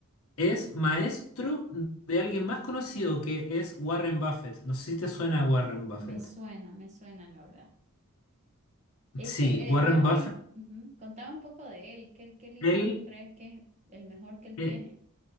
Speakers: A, on the left (about 80°); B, on the right (about 35°).
A: es maestro de alguien más conocido que es Warren Buffett. No sé si te suena Warren Buffett.
B: Me suena, me suena, la verdad. Ese,
A: Sí, Warren
B: eh, Warren,
A: Buffett,
B: ujú, Contaba un poco de él. ¿Qué, qué libro
A: él,
B: vos crees que es el mejor que él
A: eh,
B: tiene?